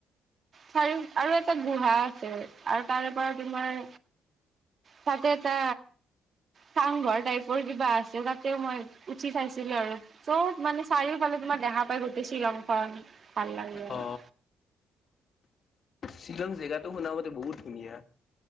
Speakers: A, on the right; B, on the left.
A: চাৰি আৰু এটা গুহা আৰু তাৰে পৰা তোমাৰ তাতে এটা তাং ঘৰ টাইপৰ কিবা আছে ত মই উঠি চাইছিলো আৰু চবত মানে চাৰিও পালে তোমাৰ দেখা উপায় কৰছ ৰংখন ভাল লাগিলে ।
B: অ শ্বিলং জেগাতটো শুনা মতে বহুত ধুনীয়া